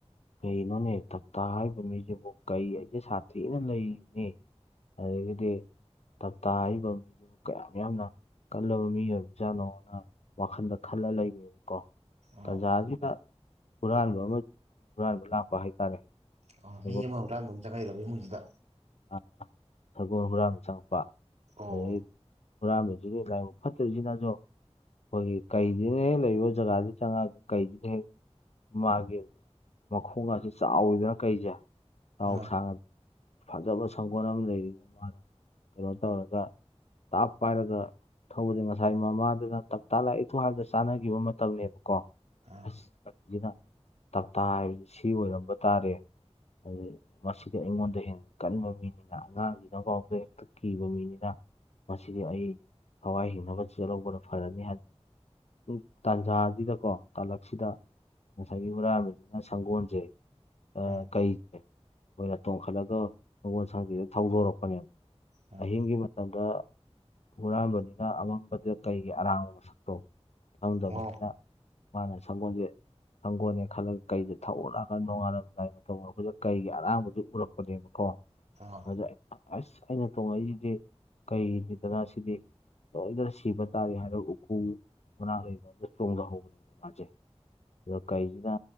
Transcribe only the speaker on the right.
ꯑꯣ
ꯑꯣ
ꯃꯤ ꯑꯃ ꯍꯨꯨꯔꯥꯟꯕ ꯑꯃꯨ ꯆꯪꯉꯛꯏꯕ ꯏꯃꯨꯡꯖꯤꯗ
ꯑꯣ
ꯑꯥ
ꯑ
ꯑꯥ
ꯑꯥ
ꯑꯣ
ꯑ